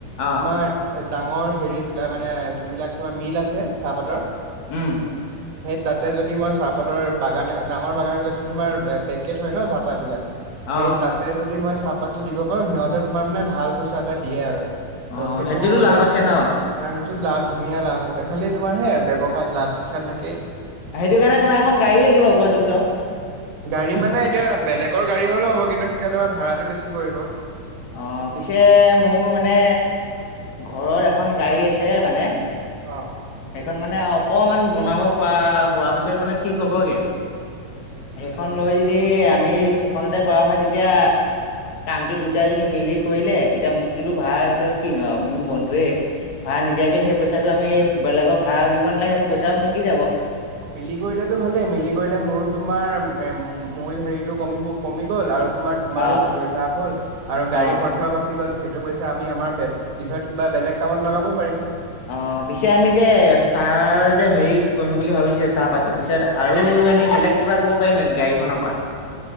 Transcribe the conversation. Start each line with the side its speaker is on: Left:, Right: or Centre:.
Left: অ
Right: তোমাৰ ডাঙৰ হেৰি বিলাক মানে যোনবিলাক তোমাৰ মিল আছে চাহপাতৰ।
Left: উম'।
Right: সেই তাতে যদি মই চাহপাতৰ বাগান ডাঙৰ বাগান বিলাকতো তোমাৰ পেকেট হয় ন চাহপাত বিলাক।
Left: অ',
Right: সেই তাতে যদি মই চাহপাতটো দিব পাৰো সিহঁতে তোমাৰ মানে ভাল পইচা এটা দিয়ে আৰু।
Left: অ',
Right: ত' সেইটোও
Left: সেইটোতো
Right: এটা
Left: লাভ আছে
Right: ভাল।
Left: ন?
Right: আহ সেইটোত লাভ ধুনীয়া লাভ আছে। খালি তোমাৰ সেই‌ ব্যৱসায়ত লাভ লোকচান থাকেই।
Left: সেইটো কাৰণে তোমাৰ এখন গাড়ী লাগিব উপযুক্ত।
Right: গাড়ী মানে এতিয়া বেলেগৰ গাড়ী হ'লেও হ'ব কিন্তু, তেতিয়া তোমাৰ ভাড়াটো বেছি পৰিব।
Left: অহ' পিছে মোৰ মানে। ঘৰৰ এখন গাড়ী আছে এ মানে।
Right: অ
Left: সেইখন মানে, অকমান বনাব পৰা হোৱা পিছত মানে ঠিক হ'বগে। সেইখন লৈ যদি আমি সেইখনতে কৰা হয় তেতিয়া কামটো দু তেতিয়া যদি মিলি কৰিলে তেতিয়া মোকটোতো ভাড়া হিচাপে কিনো আৰু আমি বন্ধুৱে। ভাড়া নিদিয়াকে সেই পইচাটো আমি বেলেগৰ ভাড়াও দিব নালাগে সেইটো পইচাও থাকি যাব।
Right: মিলি কৰিলেতো ভালেই মিলি কৰিলে মোৰো তোমাৰ মূল হেৰিটো কম কমি গ'ল আৰু। তোমাৰ তোমাৰো
Left: অ',
Right: লাভ হ'ল আৰু গাড়ী
Left: অ'।
Right: খৰচাও বাচি গ'ল। সেইটো পইচা আমি আমাৰ বে-পিছত কিবা বেলেগ কামত লগাব পাৰিম।
Left: অ', পিছে আমি যে চাহ যে হেৰি কৰিম বুলি ভাবিছো যে চাহপাতৰ পিছত আৰু এনেই বেলেগ কিবা ক'ব পাৰি নে গাড়ীখনৰ পৰা?